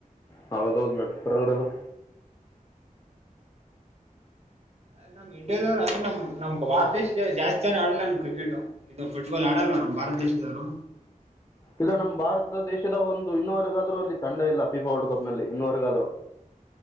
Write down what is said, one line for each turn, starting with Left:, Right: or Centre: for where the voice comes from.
Left: ಹೌದೌದ ಮೇ ಬರಲ್ರಿದು
Right: ನಮ್ಮ ಇಂಡಿಯಾದವ್ ಅ್ರೆ ನಮ ನಮ್ ಭಾರತ ದೇಶಕ್ಕೆ ಜಾಸ್ತಿ ಜನ ಆಡಲ್ಲ ನ ಕ್ರಿಕೆಟ್ ಇದು ಫುಟ್ಬಾಲ್ ಆಡಲ್ವ ನಮ್ಮ ಭಾರತ ದೇಶದಾರು
Left: ಇಲ್ಲ ನಮ್ಮ ಭಾರತ ದೇಶದ ಒಂದು ಇನ್ನವರ್ಗಾದ್ರೂ ಅಲ್ಲಿ ತಂಡ ಇಲ್ಲ ಪಫೀಫಾ ವರ್ಲ್ಡ್ ಕಪ್ ನಲ್ಲಿ ಇನ್ನವರೆಗಾದ್ೂ